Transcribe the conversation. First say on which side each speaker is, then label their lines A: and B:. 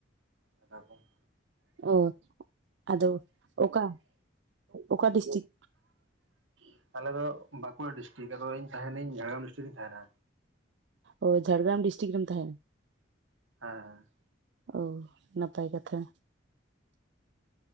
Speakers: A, on the right (about 85°); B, on the right (about 65°).
A: ᱟᱫᱟ ᱠᱚ <inaudible>
B: ᱚ ᱟᱫᱚ ᱚᱠᱟ ᱚᱠᱟ ᱰᱤᱥᱴᱤᱠ
A: <inaudible> ᱟᱞᱮ ᱫᱚ ᱵᱟᱸᱠᱩᱲᱟ ᱰᱤᱥᱴᱨᱤᱤᱠ ᱟᱫᱚ ᱤᱧ ᱛᱟᱦᱮᱱᱟᱤᱧ ᱡᱷᱟᱲᱜᱨᱟᱢ ᱰᱤᱥᱴᱤᱠ ᱨᱮᱧ ᱛᱟᱦᱮᱱᱟ
B: ᱚ ᱡᱷᱟᱲᱜᱨᱟᱢ ᱰᱤᱥᱴᱤᱠ ᱨᱮᱢ ᱛᱟᱦᱮᱱᱟ
A: ᱦᱮᱸ ᱦᱮᱸ <inaudible>
B: ᱚ ᱱᱟᱯᱟᱭ ᱠᱟᱛᱷᱟ